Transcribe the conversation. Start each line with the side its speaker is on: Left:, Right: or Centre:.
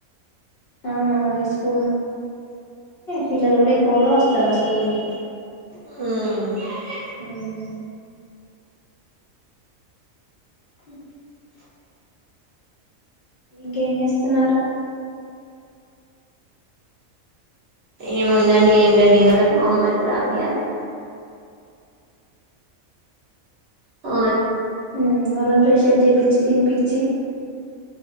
Left: అవు పిల్లలు కూడా ఎక్కువగా వస్తారుా ఆ స్కూల్కి
Right: హ్మ్మ్
Left: హ్మ్మ్ హ ఇంకేం చేస్తున్నారు
Right: ఏముందండి ఏం లేదు ఇంగళ్లకు హోంవర్క్ రాపియాలి ఓ
Left: హ్మ్మ్ వాళ్ళని ఫ్రెష్అప్ చేయిపిించి తినిపిించి